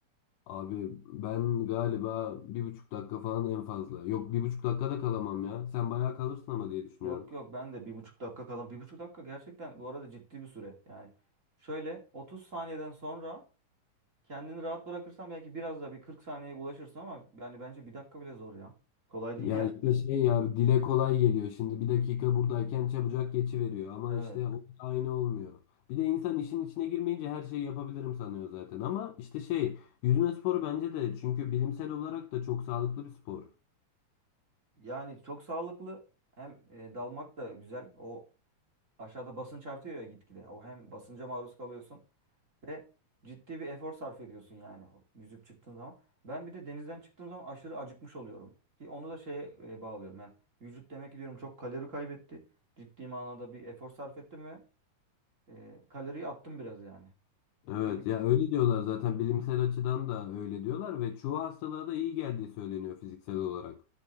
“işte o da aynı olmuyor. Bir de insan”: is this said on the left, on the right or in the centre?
Left